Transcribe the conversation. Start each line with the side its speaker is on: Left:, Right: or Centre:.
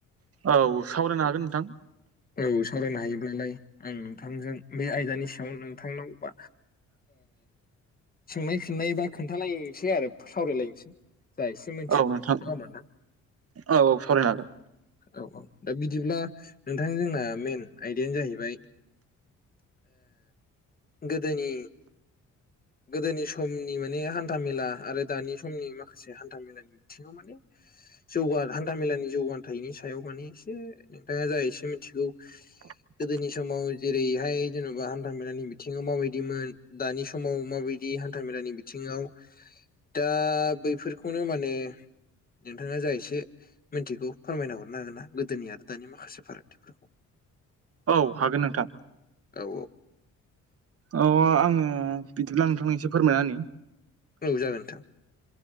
Right: औ सावरायनो हागोन नोंथां
Left: औ सावरायनो हायोब्लालाय आं नोंथांजों बे आयदानि सायाव नोंथांनाव बा सोंनाय फिननाय बा खोन्थालायसै आरो सावरायलायनोसै ज एसे मिथिगौ
Right: औ नोंथां
Left: ना होमोनदां
Right: औ औ सावरायनो हागोन
Left: औ औ दा बिदिब्ला नोंथां जोंना मेन आयदायानो जाहैबाय गोदोनि गोदोनि समनि माने हान्थाामेला आरो दानि समनि माखासे हान्था मेलानि बिथिङाव माने जौग हान्थाामेलानि जौगान थायिनि सायाव माने एसे नोंथाङा जा एसे मिथिगौ
Right: <unintelligible>
Left: गोदोनि समाव जेरैहाय जेन'बा हान्था मेलानि बिथिङाव माबायदिमोन दानि समाव समाव माबायदि हान्थामेलानि बिथिङाव। दा बैफोरखौनो माने नोंथाङा जा एसे मिथिगौ फोरमायना हरनो हागोन ना गोदोनि आरो दानि माखासे फारागथिफोर
Right: औ हागोन नोंथां।
Left: औ
Right: अ आङो बिदिब्ला नोंथांनिससे फोरमायना होनि।
Left: औ जागोन नोंथां।